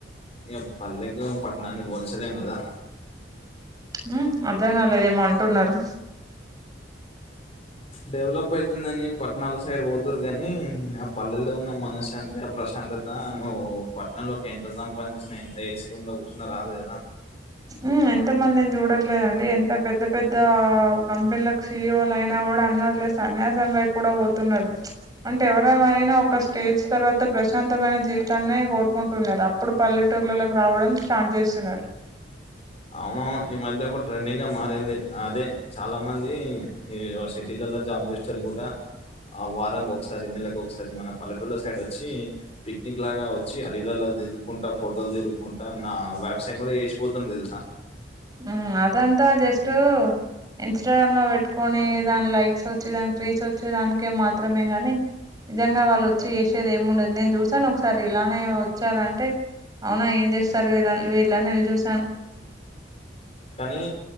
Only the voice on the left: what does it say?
ఇగ పల్లేకు పట్నాన్ని పోల్చలేం కదా
డెవలప్ అయితుందని పట్టణాల సైడ్ పోతురు కాని ఆ పల్లెల్లో ఉన్న మనశ్శాంతి ప్రశాంతత ఎంత నువ్వు పట్నంలోకి ఎంత సంపాదించిన ఎంత ఏసీ రూమ్ లో కూర్చున్నా రాదు కదా
అవునవును ఈ మధ్య ఒక ట్రెండింగ్ గా మారింది అదే చాలా మంది ఇ సిటీలల్లో జాబ్ చేసెటోళ్ళు కూడ ఆ వారానికి ఒకసారి నెలకు ఒకసారి మన పల్లెటూళ్లా సైడ్ వచ్చి పిక్నిక్ లాగా వచ్చి అడవిలల్లో తిరుగుకుంటా ఫోటోలు తిరుగుకుంటా నా వ్యవసాయం కూడా చేసిపోతుండ్రు తెలుసు ఆ
కానీ